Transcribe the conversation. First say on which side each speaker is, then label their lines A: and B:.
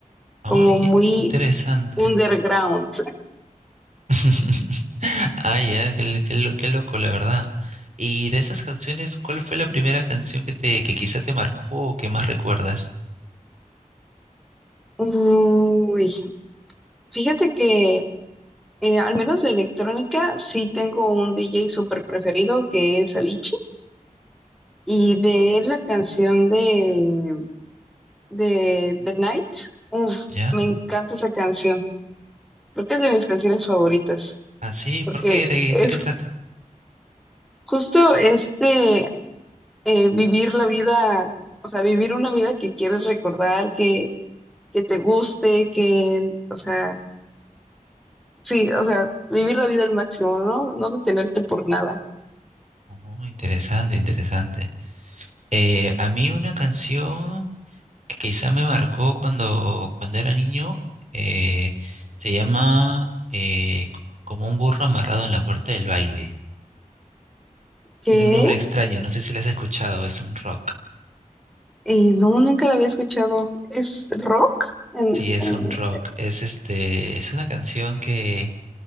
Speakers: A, on the right; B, in the centre.
A: Ay,
B: como
A: qué
B: muy
A: interesante.
B: underground.
A: <laughs> Ah ya, qué, lo- qué lo- qué loco, la verdad. Y de esas canciones, ¿cuál fue la primera canción que te, que quizá te marcó o que más recuerdas?
B: Uy, Fíjate que eh, al menos de electrónica sí tengo un DJ súper preferido que es Avicii y de él la canción de, de The Night, uf,
A: ¿Ya?
B: me encanta esa canción, creo que es de mis canciones favoritas
A: Ah, sí, ¿por
B: porque
A: qué? ¿De,
B: es
A: de qué trata?
B: justo este eh, vivir la vida, o sea, vivir una vida que quieres recordar, que, que te guste, que, o sea, sí, o sea, vivir la vida al máximo, ¿no? No detenerte por nada.
A: Oh, interesante, interesante. Eh, a mí una canción que quizá me marcó cuando, cuando era niño eh, se llama eh, Como un burro amarrado en la puerta del baile.
B: ¿Qué?
A: Tiene un nombre extraño, no sé si la has escuchado, es un rock.
B: Eh, no, nunca la había escuchado. ¿Es rock? En-
A: Sí, es
B: eh,
A: un rock. Es este, es una canción que